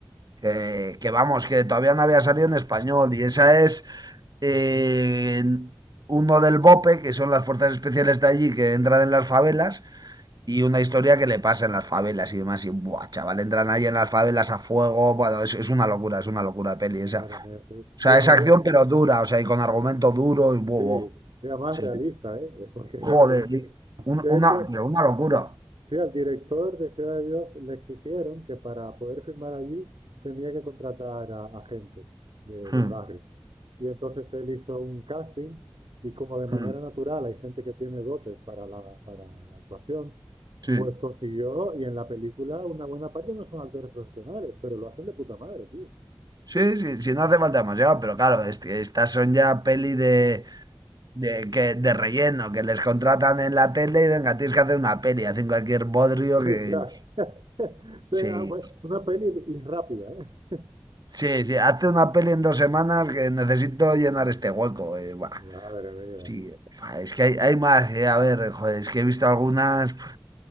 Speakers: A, on the right; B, on the right.
A: que, que vamos, que todavía no había salido en español, y esa es... eh, uno del BOPE, que son las fuerzas especiales de allí que entran en las favelas, y una historia que le pasa en las favelas y demás. Y, buah, chaval, entran ahí en las favelas a fuego. Bueno, es, es una locura, es una locura de peli
B: madre
A: esa. Uf. O
B: mía, sí.
A: sea,
B: Y la
A: es
B: movida,
A: acción pero dura, o sea, y con argumento duro y bobo.
B: sí, era más
A: Sí.
B: realista, ¿eh? <laughs> Porque es
A: Joder,
B: de verdad.
A: y un-
B: De
A: una,
B: hecho,
A: pero una locura.
B: Sí, al director de Ciudad de Dios le exigieron que para poder filmar allí tenía que contratar a, a gente de- del
A: Mm,
B: barrio. Y entonces él hizo un casting y como de manera
A: mm,
B: natural hay gente que tiene dotes para la, para la actuación,
A: Sí.
B: pues consiguió y en la película una buena parte no son actores profesionales, pero lo hacen de puta madre, tío.
A: Sí, sí, sí, no hace falta demasiado, pero claro, este- estas son ya peli de, De, que, de relleno, que les contratan en la tele y venga, tienes que hacer una peli, hacen cualquier bodrio
B: <laughs>
A: que...
B: Claro. <laughs> Venga,
A: Sí,
B: bueno, Una peli y rápida, ¿eh?
A: sí, sí, hace una peli en dos semanas que necesito llenar este hueco. eh, buah,
B: Madre mía.
A: sí, fa, es que hay, hay más, eh, a ver, joder, es que he visto algunas... pf,